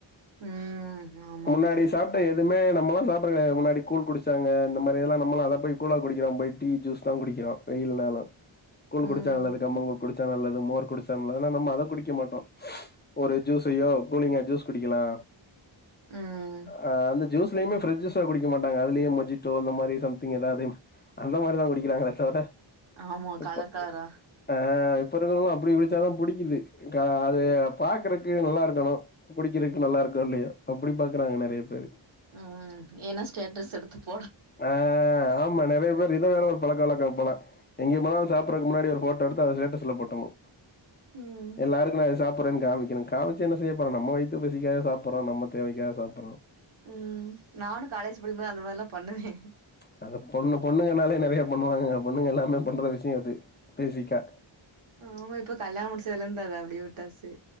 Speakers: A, on the right; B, on the left.
A: ம் ஆமாங்க
B: முன்னாடி சாப் எதுவுமே நம்மயெல்லா சாப்பறது கிடையாது முன்னாடி கூழ் குடிச்சாங்க இந்த மாதிரில்ல நம்மா அத போ கூழ குடிகிறோ போய் டீ ஜூஸ் தா குடிக்கிறோ வெயில் நாலு கூழ்
A: ம்
B: குடிச்ச நல்லது கம்ம கூழ் குடிச்ச கூழ் குடிச்ச நல்லது மோர் குடிச்ச நல்லதுனா நம்ம அத குடிக்க மாட்டோ ஒரு ஜூஸயோ கூலிங்கா ஜூஸ் குடிக்கலா
A: ம்
B: ஆ அந்த ஜூஸ் எப்பாவுமே பிராஸ் ஜூஸ்ஸ குடிக்கமாட்டாங்க அதுலயு மஜிட்டோ அந்த மாரி சம்திங் எதாவது அந்த மாரிதா குடிக்கராங்களே தவர
A: ஆமா
B: இப்போ
A: கலர் கலரா
B: ஆ இப்ப இருக்வாங்களுக்கு அப்டி குடிச்சாதா புடிக்குது அது பாக்குறக்கு நல்லா இருக்கணு குடிக்கிறதுக்கு நல்லா இருக்கு இல்லையா அப்டி பாக்குறாங்க நெறைய பேரு
A: ம் ஏனா ஸ்டேட்டஸ் எடுத்துப்
B: ஆ ஆமா நெறையா பேர் இதா வேற ஒரு பழக்க வழக்கம் போல எங்காபோலு சாப்பறக்கு முன்னாடி ஒரு போட்டோ எடுத்து அத ஸ்டேஸ்ல போட்டுணு
A: ம்
B: எல்லாருக்கு நா இத சாப் புறனு காமிக்கணு காமிச்ச என்ன செய்யபோறோ நம் வைத்து பசிக்க சப்புறோ நம்ம தேவைக்காக சாப்புறோ
A: ம் நானு காலேஜ் படிக்கும்போது அந்த மாரிலா பண்ணுவே
B: ம்ச் அது பொண்ணு பொண்ணுங்கனாலே நெறைய பண்ணுவாங்க பொண்ணுங்க எல்லாமே பண்ற விஷய அது பேசிக்கா
A: ஆமா இப்ப கல்யண முடிச்சதுல இருந்த அத அப்டியே விட்டாச்சு